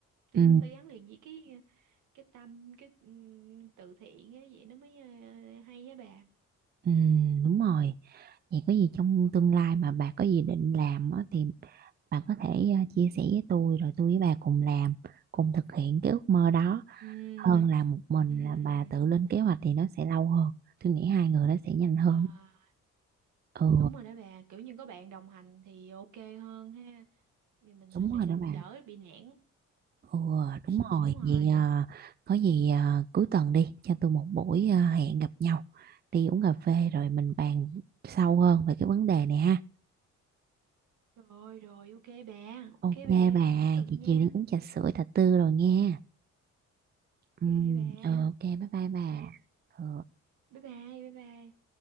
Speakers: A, on the right; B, on the right.
A: tiêu
B: ừ
A: nó phải gắn liền với cái cái tâm cái ừm, từ thiện á vậy nó mới ờ, hay á bà
B: Ừ, đúng rồi. Vậy có gì trong tương lai mà bà có gì định làm á, thì bà có thể ờ, chia sẻ với tôi rồi tôi với bà cùng làm, cùng thực hiện cái ước mơ đó
A: Ừ,
B: Ừ. hơn là một mình
A: ừ,
B: là bà tự lên kế hoạch thì nó sẽ lâu hơn. Tôi nghĩ hai người nó sẽ nhanh hơn.
A: à,
B: Ừ,
A: đúng rồi đó bà, kiểu như có bạn đồng hành thì ok hơn ha, thì mình ờ,
B: đúng
A: để
B: rồi đó bà.
A: đỡ bị nản.
B: Ừ, đúng
A: Ừ,
B: rồi.
A: đúng rồi.
B: Vậy ờ, có gì ờ, cuối tuần đi, cho tôi một buổi ờ, hẹn gặp nhau, đi uống cà phê rồi mình bàn sâu hơn về cái vấn đề này ha.
A: rồi rồi ok bà ok
B: Ok
A: bà
B: bà,
A: cuối tuần
B: chị
A: nha
B: chiều đi uống trà sữa, trà tư rồi nghe. Ừ,
A: ok bà
B: ờ, ok bye bye bà.
A: ok
B: Ờ.
A: bye bye bye bye